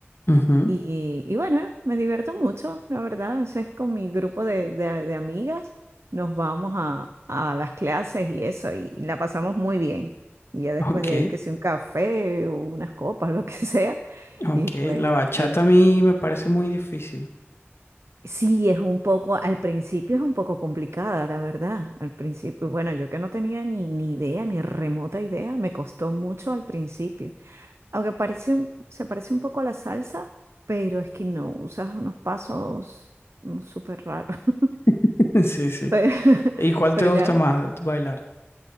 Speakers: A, on the left; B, on the right.
A: ujú.
B: Y, y bueno, me divierto mucho, la verdad. A veces con mi grupo de, de- de amigas nos vamos a, a las clases y eso, y la pasamos muy bien. Y ya después
A: Ok,
B: de ahí, que sea un café o unas copas, <laughs> lo que sea,
A: ok.
B: y pues
A: La bachata
B: bien.
A: a mí me parece muy difícil.
B: Sí, es un poco, al principio es un poco complicada, la verdad. Al principio, bueno, yo que no tenía ni, ni idea, ni remota idea, me costó mucho al principio. Aunque parece, se parece un poco a la salsa, pero es que no, usas unos pasos mm, súper raros. <laughs>
A: <laughs> Sí, sí.
B: Pero, <laughs>
A: ¿Y cuál
B: pero
A: te gusta
B: ya,
A: más bailar? <laughs>